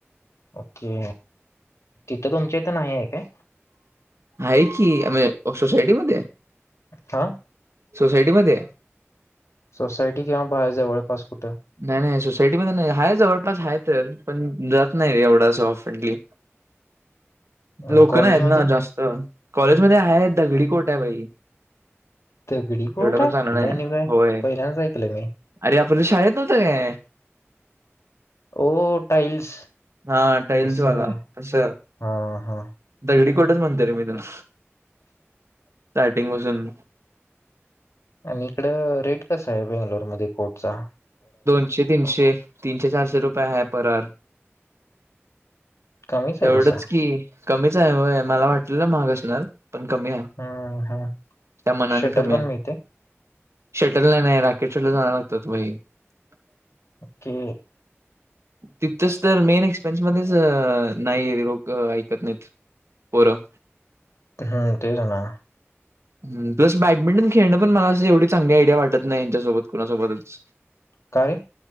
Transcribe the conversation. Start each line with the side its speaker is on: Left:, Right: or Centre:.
Left: ओके तिथं तुमच्या इथ नाही आहे काय?
Right: आहे की आम्ही सोसायटी मध्ये,
Left: हा
Right: सोसायटीमध्ये.
Left: सोसायटी किंवा बाहेर जवळपास. कुठं
Right: नाही, नाही सोसायटी मध्ये नाही आहेतं जवळपास आहेत. तर पण, जात नाही रे एवढा सफेंडली.
Left: आणि
Right: लोक
Left: कॉलेजमध्ये
Right: नाही आहेत ना जास्त कॉलेजमध्ये आहेतं दगडी कोट आहे भाई.
Left: दगडी कोर्ट
Right: एवढं
Left: आहे
Right: पण चांगलं नाही.
Left: हे आणि काय
Right: होय
Left: पहिल्यांदाच ऐकलं मी
Right: अरे आपल्या शाळेत नाहीतर काय.
Left: ओ टाईल्स
Right: हा टाईल्स
Left: तसं
Right: वाला
Left: आहे
Right: तस,
Left: हा हा
Right: दगडी कोठच म्हणते रे मी त्याला, स्टार्टिंग पासून,
Left: आणि इकड रेट कस आहे बेंगलोरमध्ये कोटचा.
Right: दोनशे, तीनशे, तीनशे-चारशे रुपये आहे. Per hour.
Left: कमीच
Right: तेवढंच
Left: आहे तसा
Right: की, कमीच आहे. मला वाटलेलं महाग- असणार. पण कमी आहे,
Left: हम्म हम्म
Right: त्या मानाने
Left: शटल
Right: कमी
Left: पण
Right: आहे.
Left: मिळते
Right: <unintelligible>
Left: ते,
Right: तिथच तर मेन एक्सपेन्स मध्येच अ नाही लोक ऐकत नाहीत. पोरं,
Left: ह्म्म, तेचं ना.
Right: हम, प्लस बॅडमिंटन खेळणं पण मला अस एवढी चांगली आयडिया वाटत नाही, यांच्यासोबत कुणासोबतच.
Left: का रे